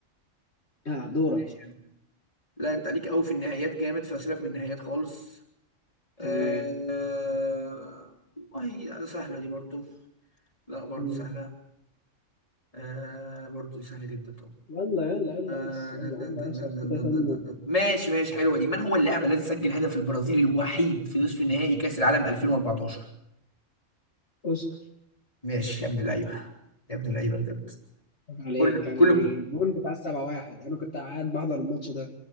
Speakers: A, on the left; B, on the left.
A: ها دورك
B: ماشي يا عم لا انت ليك قوي في النهايات جامد فسيبك من النهايات خالص آه...
A: تمام
B: والله سهله دي برضو لا برضو
A: مم.
B: سهله آه... برضو دي سهله جدا طبعا
A: يلا يلا يلا
B: آه...
A: بس يلا
B: دن دن
A: قلنا
B: دن
A: يا شباب
B: دن دن
A: كده
B: دن
A: عشان
B: دن دن دن. ماشي ماشي حلوه دي من هو اللاعب الذي سجل هدف البرازيل الوحيد في نصف نهائي كاس العالم 2014
A: اوسكار
B: ماشي يا ابن اللعيبه يا ابن اللعيبه بجد
A: عيب عليك
B: كله
A: كان
B: كله
A: الجون بتاع السبعة واحد انا كنت قاعد بحضر الماتش ده